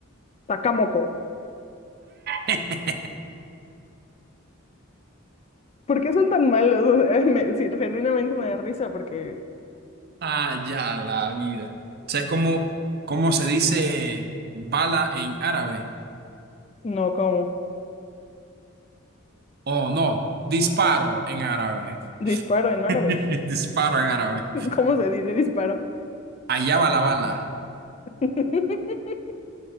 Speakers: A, on the left; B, on the right.
A: Takamoko.
B: <laughs>
A: ¿Por qué son tan malos? <laughs> O sea, me- sí, genuinamente me da risa porque
B: Ah, ya, la vida. O sea, es como, ¿cómo se dice bala en árabe?
A: no, ¿cómo?
B: Oh, no, disparo en árabe.
A: Disparo en árabe.
B: <laughs> Disparo en árabe.
A: <laughs> ¿Cómo se dice disparo?
B: Allá va la bala.
A: <laughs>